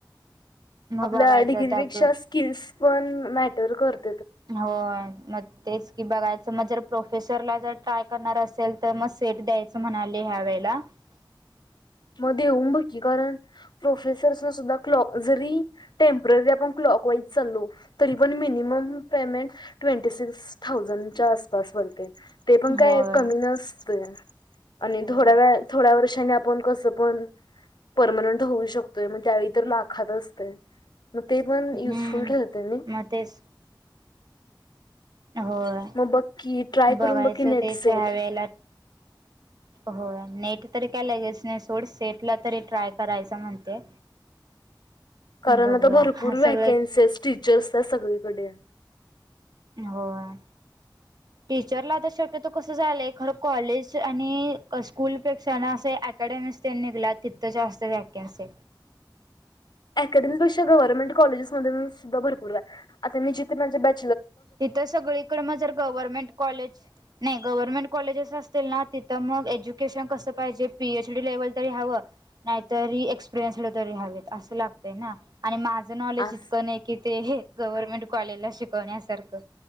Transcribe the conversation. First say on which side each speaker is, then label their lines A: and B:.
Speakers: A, on the right; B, on the left.
A: मग
B: आपल्या
A: बघायचं
B: डिग्रीपेक्षा
A: त्यातून
B: स्किल्स पण मॅटर करत
A: होय म तेच की बघायचं मग जर प्रोफेसरला जर ट्राय करणार असेल तर मग सेट द्यायचं म्हणाले ह्यावे ला <unintelligible>
B: मग देउन बग की कारण प्रोफेसरसना सुद्धा क्लाकजरी टेंपररी काँक वाईज चालो तरी पण मिनिमम पेमेंट ट्वेंटी सिक्स थाउजंडच्या आसपास भरते ते पण
A: होय
B: काय कमी नसत आणि
A: होय
B: थोड्या व थोड्या वर्षानी कस पण परमनंट होऊ शकतोय त्या लाखात असते मग ते पण युजफुल
A: हम्म
B: ठरते म
A: मग तेच होय
B: मग बघ की ट्राय
A: बघायचं
B: करून बघ की नेट
A: तेच
B: सेट
A: ह्यावेळेला होय नेट तर काय लगेच नाही थोड सेट ला तरी ट्राय करायच म्हणते
B: कारण
A: बघूया
B: आता भरपूर व्हॅकन्सी
A: सगळं
B: टीचर्स त्या सगळीकडे
A: होय टीचरला शक्यतो कस झालंय खर कॉलेज आणि स्कूलपेक्षा ना अस अकॅडमिक्स ते निघला तिथं जास्त वॅकन्ससी
B: अँकेडमीपेक्षा ग्हरनमेंट कॉलेजेस मधे सुद्धा भरपूर आहे आता मी जिथे माझे ब
A: तिथं सगळीकडे मग जर गव्हर्नमेंट कॉलेज नाही गव्हर्नमेंट कॉलेजेस असत असेल ना तिथं मग एज्युकेशन कसं पाहिजे पीएच डी लेव्हल तरी हवं नाहीतरी एक्सपिरियनस तरी हवेत असं लागतंय ना आणि माझ नॉलेज
B: आज
A: इतकं नाही कि ते गव्हर्नमेंट कॉलेजला शिकवण्यासारखं